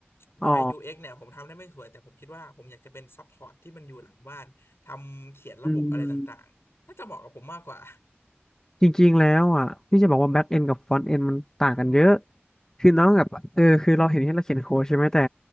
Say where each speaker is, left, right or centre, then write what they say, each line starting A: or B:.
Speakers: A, on the left; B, on the left.
A: UI
B: อ๋อ
A: UX เอ็กซ์เนี่ยผมทำได้ไม่สวยแต่ผมคิดว่าผมอยากจะเป็นซัพพอร์ตที่มันอยู่หลังบ้านทำเขียนระบบอะไรต่างๆน่าจะเหมาะกับผมมากกว่า
B: อืม จริงๆแล้วอ่ะที่จะบอกว่าแบ็กเอนกับฟ r อนต์เอนมันต่างกันเยอะคือน้องกับเออคือเราเห็นที่เราเขียนโค้ดใช่ไหมแต่